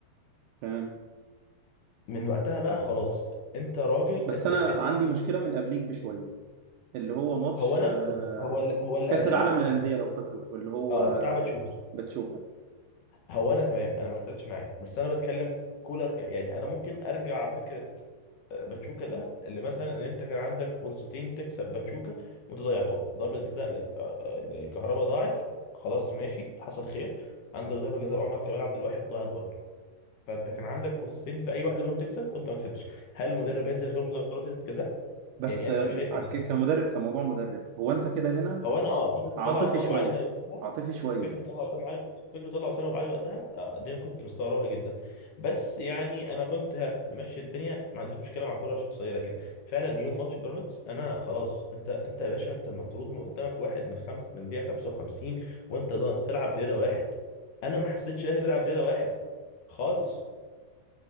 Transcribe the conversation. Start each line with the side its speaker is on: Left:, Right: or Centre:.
Right: تمام
Left: من وقتها بقى خلاص انت راجل
Right: بس
Left: انت
Right: انا
Left: بت
Right: عندي مشكلة من قبليك بشوية اللي هو ماتش
Left: هو انا
Right: آه،
Left: بص هو اللي هو اللي
Right: كأس
Left: قبلها
Right: العالم للأندية لو فاكره اللي هو
Left: اه
Right: آه،
Left: بتاع باتشوكا
Right: باتشوكا
Left: هو انا تمام انا ما اختلفتش معاك بس انا بتكلم كولر ك... يعني انا ممكن ارجع فكره آه، باتشوكا ده اللي مثلا ان انت كان عندك فرصتين تكسب باتشوكا وانت ضيعتهم ضربه جزاء ل- آه، آه، لكهربا ضاعت خلاص ماشي حصل خير عندك ضربه جزاء عمر كمال عبد الواحد ضاعت برضه فانت كان عندك فرصتين في اي واحده منهم تكسب وانت ما كسبتش هل المدرب هينزل يخرج ضربات الجزاء
Right: بس
Left: يعني انا
Right: آه،
Left: مش شايف ان
Right: ك- كمدرب كموضوع مدرب هو انت كده هنا
Left: هو انا اه فكره
Right: عاطفي
Left: مطلع وسام
Right: شوية
Left: ابو علي ده وقتها
Right: عاطفي شوية
Left: فكره مطلع وسام ابو علي فكره مطلع وسام ابو علي وقتها آه دي أنا كنت مستغربها جدا بس يعني انا كنت ها ممشي الدنيا ما عنديش مشكله مع الكوره الشخصيه لكن فعلا يوم ماتش بيراميدز انا خلاص انت انت يا باشا انت مطرود من قدامك واحد من خمس من دقيقه 55 وانت ضا- بتلعب زياده واحد انا ما حسيتش الاهلي بيلعب زياده واحد خالص